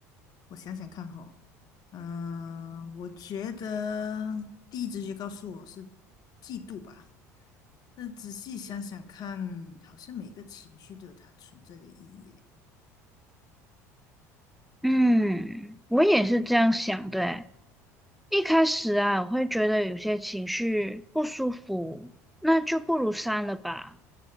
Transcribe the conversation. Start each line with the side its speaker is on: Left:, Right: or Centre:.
Left: 我想想看哈、嗯、我觉得第一直觉告诉我是嫉妒吧，但仔细想想看，好像每个情绪都有它存在的意义嘞。
Centre: 嗯，我也是这样想的欸一开始啊，我会觉得有些情绪不舒服，那就不如删了吧。